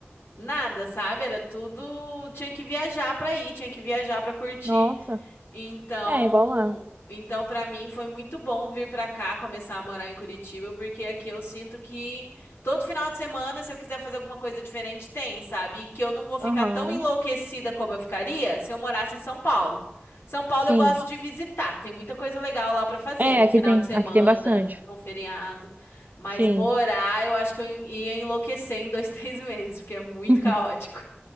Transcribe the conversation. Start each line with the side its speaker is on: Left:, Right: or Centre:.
Left: Nada, sabe? Era tudo. Tinha que viajar pra ir, tinha que viajar pra curtir.
Right: Nossa.
Left: Então,
Right: É, igual lá.
Left: então para mim foi muito bom vir para cá, começar a morar em Curitiba, porque aqui eu sinto que todo final de semana, se eu quiser fazer alguma coisa diferente, tem, sabe? E que eu não vou ficar
Right: Aham.
Left: tão enlouquecida como eu ficaria se eu morasse em São Paulo. São Paulo
Right: Sim.
Left: eu gosto de visitar, tem muita coisa legal lá para fazer,
Right: É,
Left: num
Right: aqui
Left: final
Right: tem,
Left: de semana,
Right: aqui tem bastante.
Left: num feriado, mas
Right: Sim.
Left: morar, eu acho que eu ia enlouquecer em dois, <laughs> três meses, porque é muito
Right: <laughs>
Left: caótico.